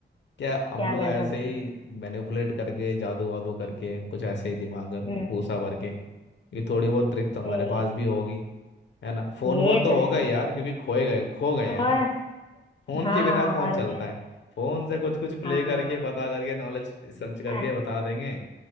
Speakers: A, on the left; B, on the left.
A: क्या हम
B: क्या
A: लोग
B: कर
A: ऐसे
B: सकते
A: ही मैनिपुलेट करके जादू वादू करके कुछ ऐसे ही दिमाग में
B: हम्म
A: पूसा भर के ये थोड़ी बहुत ट्रिक तो हमारे
B: ए-
A: पास भी होगी है ना फोन
B: ये
A: वोन तो
B: तो
A: होगा
B: है
A: ही यार क्योंकि खोए गए खो गए
B: और
A: हैं ना फोन
B: हाँ
A: के बिना कौन चलता
B: और क्या
A: है फोन से कुछ कुछ प्ले
B: हाँ
A: करके बता करके नॉलेज सर्च करके
B: आह,
A: बता देंगे